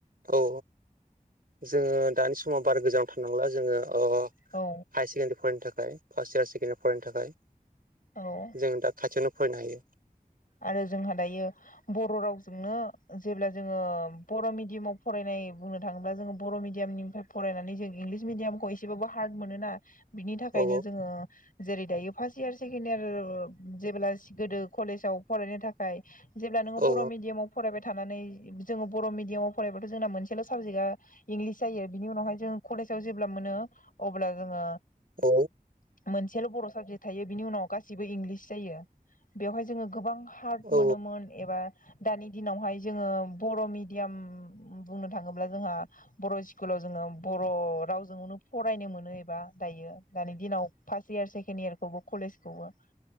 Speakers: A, on the right; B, on the left.
A: औ जोङो दानि समाव बारा गोजानाव थांनांला जोङो अ हायार
B: औ
A: सेकेण्डारि फरायनो थाखाय फार्स्ट इयार सेकेण्ड इयार फरायनो थाखाय।
B: औ
A: जों दा खाथियावनो फरायनो हायो।
B: आरो जोंहा दायो बर' रावजोंनो जेब्ला जोङो बर' मिडियामाव फरायनाय बुंनो थाङोब्ला जों बर' मिडियामनिफ्राय फरायनानै जों इंलिस मिडियामखौ एसेबाबो हार्ड मोनो ना बिनि थाखायनो
A: औ
B: जोङो जेरै दायो फार्स्ट इयार सेकेणड इयार जेब्ला गोदो कलेजाव फरायनो थाखाय जेब्ला नोङो
A: औ
B: बर' मिडियामाव फरायबाय थ थानानै जोङो बर' मिडियामाव फरायबाथ' जोंना मोनसेल' साबजेक्टआ इंलिस जायो बिनि उनाहाय जों कलेज जाव जेब्ला मोनो अब्ला जोङो
A: औ
B: उम मोनसेल' बर' साबजेक्ट थायो बिनि उनाव गासिबो इंलिस जायो बेवहाय जोङो गोबां हार्ट
A: औ
B: मोनोमोन एबा दानि दिनावहाय जोङो बर' मिडियाम बुंनो थाङोब्ला जोंहा बर' स्कुलाव जोङो बर' रावजोंनो फरायनो मोनो एबा दायो दानि दिनाव फार्स इयार सेकेण्ड इयार बेखौबो कलेजखौबो।